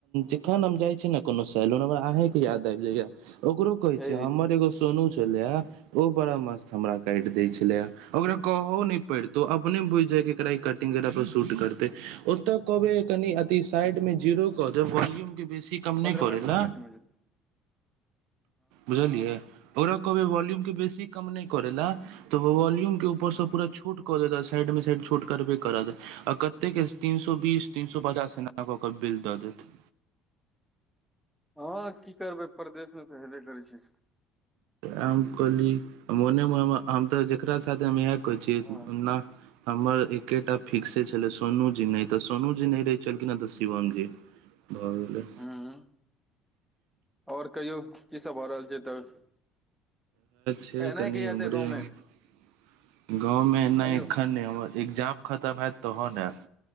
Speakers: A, on the right; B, in the centre.
A: जखन हम जाय छीै ने कोनो सैलून हमर अहें के याद आबि जाइया ओकरो कहे
B: हे
A: छै हमर एगो सोनू छलेे ओ बड़ा मस्त हमरा काटि दय छले ओकरा कहहो नहि पड़तो अपने बुझि जायके एकरा ई कटिंग पर शूट करते ओतऽ कहब कनि अ साइड मे जीरो कह दे वॉल्यूम के बेसी कम
B: पन्द्रह
A: नहि करे
B: मिनट कम
A: ला
B: एतैे
A: बुझलियै ओकरा कहबै वॉल्यूम के बेसी कम नहि करै लए तऽ ओ वॉल्यूम के ऊपरसँ पूरा छोट कऽ देत साइड मे साइड छोट करबे करत आ कते के तीन सो बीस तीन सए पचास एनााक ओकर बिल द देत
B: हँ की करबै परदेशमे तऽ हेबे करै छ
A: हम कहली मोनेमे हम तऽ जकरा साथ हम आयब कहै छैना
B: हँ
A: हमर एक टिकेट आ फिक्से छले सोनू जी नहि तऽ सोनू जी नहि रहे छलखिन हँ तऽ शिवम जी भऽ गेलै
B: हुँ हुँ आओर कहियो की सब भऽ रहल छै तऽ
A: छै
B: एनाइ
A: कनि
B: कहिया
A: उमरे
B: एतै गाँवमे
A: ह गाँव में एना
B: आयौ
A: एक खन नहि एग्जाम खतम होयैत तहन ने आब